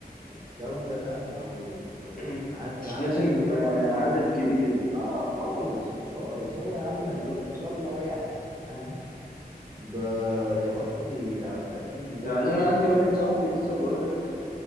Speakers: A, on the right; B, on the left.
A: جوده فاهم او او
B: <clears throat>
A: معزه
B: مش
A: عندك
B: لازم
A: اللي
B: آه،
A: هو لا
B: عدد كبير يعني
A: اه خالص خالص هو يا عم
B: بالظبط
A: كتير، ان شاء
B: صح
A: الله واحد فاهم ده يغطي على الباقيين ده
B: يعني
A: كفايه
B: انا
A: ان
B: عندي
A: انت
B: واحد
A: ايه
B: صاحبي لسه بقول لك